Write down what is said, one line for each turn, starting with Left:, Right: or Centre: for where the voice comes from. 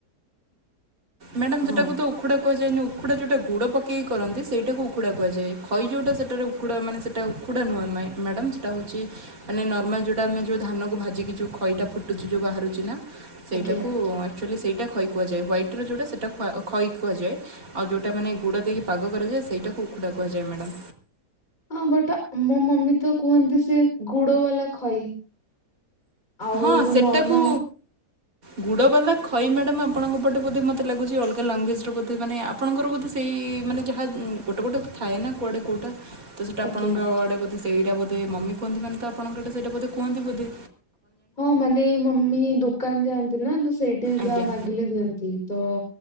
Right: ମ୍ୟାଡାମ
Left: ହଁ
Right: ସେଟାକୁ ତ ଉକୁଡା କୁହାଯାଏନି। ଉକୁଡ଼ା ଯେଉଁଟା ଗୁଡ଼ ପକେଇ କି କରନ୍ତି ସେଇଟାକୁ ଉଖୁଡ଼ା କୁୁାୁହାଯାଏ ଖଇ ଯେଉଁଟା ସେଟାରେ ଉଖୁଡ଼ା ମାନେ ସେଟା ଉଖୁଡ଼ା ନୁହଁ ମା-ମ୍ୟାଡ଼ାମମ୍ ସେଇଟା ହେଉଛି ମାନେ ନର୍ମାଲ ଯେଉଁଟା ଆମେ ଯେଉଁ ଧାନକୁ ଭାଜିକି ଯେଉଁ ଖଇଟା ଫୁଟୁଛି ଯଉ ବାହାରୁଛି ନା। ସେଇଟାକୁ
Left: ଆଜ୍ଞା।
Right: ଆଚୁଆଲି ସେଇ। ଖଇ କୁହାଯାଏ ହ୍ୱାଇଟ୍ରରେ ଯେଉଁଟା ସେଇଟା ଖ ଖଇ କୁହାଯାଏ ଆଉ ଯେଉଁଟା ମାନେ ଗୁଡ଼ ଦେଇକି ପାଗ କରାଯାଏ ସେଇଟାକୁ ଉୁଖୁଡ଼ା କୁହାଯାଏ ମ୍ୟାଡ଼ାମ୍।
Left: ହଁ ବଟ ମୋ ମମି ତ କୁହନ୍ତି ସେ ଗୁଡ଼ବାଲା ଖଇ। ଆଉ
Right: ହଁ
Left: ଯଉ
Right: ସେଟାକୁ
Left: ନର୍ମାଲ
Right: ଗୁଡ଼ବାଲା ଖଇ ମ୍ୟାଡ଼ମ୍ ଆପଣଙ୍କ ପଟେଵଧେ ମୋତେ ଲାଗୁଛି ଅଲଗା ଲାଙ୍ଗୁଏଜର ବୋଧେ ମାନେ ଆପଣଙ୍କର ବୋଧେ ସେଇ ମାନେ ଯାହା ଗୋଟେ ଗୋଟେ ଥାଏ ନା କୁଆଡ଼େ କେଉଁଟା। ତ ସେଇଟା
Left: ଆଜ୍ଞା
Right: ଆପଣଙ୍କ ଆଡେ ସେଇଟା ବଧେ ମମି। ମୁଁ ଭାଵିଲି ତ ଆପଣଙ୍କୁ ସେତ ବୋଧ କୁହନ୍ତିବଧେ।
Left: ହଁ ମାନେ ମମି ଦୋକାନ ଯାଆନ୍ତି ନା ସେଇଠି ଯା
Right: ଆଜ୍ଞା
Left: ମାଗିଲେ ଦିଅନ୍ତି ତ।